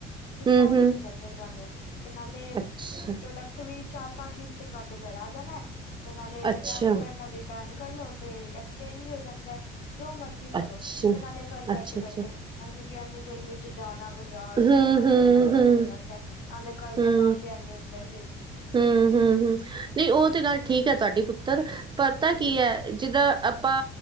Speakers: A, on the left; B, on the right.
A: ਡਿਸਕਾਉਂਟ
B: ਹੂੰ ਹੂੰ
A: ਮਿਲ ਜਾਂਦਾ ਤੁਹਾਨੂੰ ਤੇ ਨਾਲੇ ਪ੍ਰੋਡਕਟ
B: ਅੱਛਾ
A: ਵੀ ਚਾਰ -ਪੰਜ ਦਿਨ ਚ ਤੁਹਾਡੇ ਘਰ ਆ ਜਾਣਾ ਤੇ ਨਾਲੇ ਰਿਟਰਨ
B: ਅੱਛਾ
A: ਕਰਨਾ ਰਿ ਟਰਨ ਕਰ ਲੋ ਤੇ ਐਕਸਚੇਂਜ ਵੀ ਹੋ ਜਾਂਦਾ। ਜੋ ਮਰਜ਼ ਕਰੋ
B: ਅੱਛਾ
A: ਤੇ ਨਾਲੇ ਗਰ
B: ਅੱਛਾ
A: ਬੈਠੇ-
B: ਅੱਛਾ
A: ਬੈਠੇ, ਕਿਉਂਕਿ ਇੰਨੀ ਗਰਮੀ ਚ ਜਾਣਾ ਬਾਜ਼ਾਰ
B: ਹੂੰ
A: ਢੂੰਡਣਾ,
B: ਹੂੰ
A: ਕਰਨਾ, ਮੁਸ਼ਕਿਲ
B: ਹੂੰ
A: ਹੋ ਜਾਂਦਾ, ਨਾਲੇ ਘਰਦੇ
B: ਹੂੰ
A: ਕੰਮ ਵੀ ਐਨੇ ਹੁੰਦੇ ਫਿਰ
B: ਹੂੰ, ਹੂੰ, ਹੂੰ ਨਹੀਂ ਉਹ ਤੇ ਗੱਲ ਠੀਕ ਹੈ ਤੁਹਾਡੀ ਪੁੱਤਰ ਪਤਾ ਕੀ ਹੈ ਜਿੱਦਾਂ ਆਪਾਂ